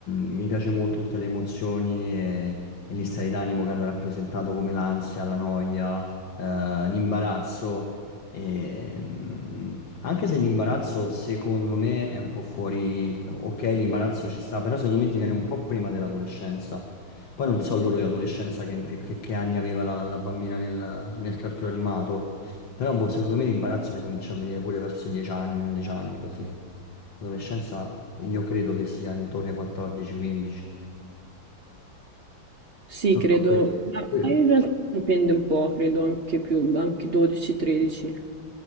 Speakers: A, on the left; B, on the right.
A: mi piace molto tutte le emozioni e, e gli stati d'animo che hanno rappresentato come l'ansia, la noia, eh, l'imbarazzo. E, mm, anche se l'imbarazzo secondo me è un po' fuori, ok, l'imbarazzo ci sta, però secondo me ti viene un po' prima dell'adolescenza. Poi non so loro di adolescenza che, che- che anni aveva la, la bambina nel, nel cartone animato, però boh, secondo me l'imbarazzo li comincia a venire pure verso i 10 anni, 11 anni così. L'adolescenza io credo che sia intorno ai 14-15.
B: sì,
A: No,
B: credo,
A: no, que-
B: ma
A: que-
B: in realtà dipende un po', credo anche più, anche 12-13.